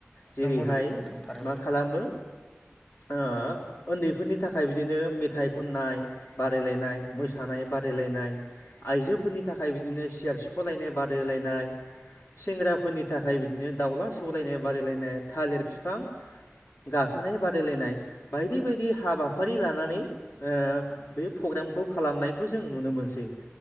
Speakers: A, on the left; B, on the left.
A: जेरैहाय
B: नंगौ नंगौ नोंथां थारैनो
A: मा खालामो ओ उन्दैफोरनि थाखाय बिदिनो मेथाइ खननाय बादायलायनाय मोसानाय बादायलायनाय आइजोफोरनि थाखाय बिदिनो सियार सिख'लायनाय बादायलायनाय सेंग्राफोरनि थाखाय बिदिनो दाउला सौलायनाय बादायलायनाय थालिर फिफां गाखोनाय बा दायलायनाय बायदि बायदि हाबाफारि लानानै ओ बे प्रग्रामखौ खालामनायखौ जों नुनो मोनसै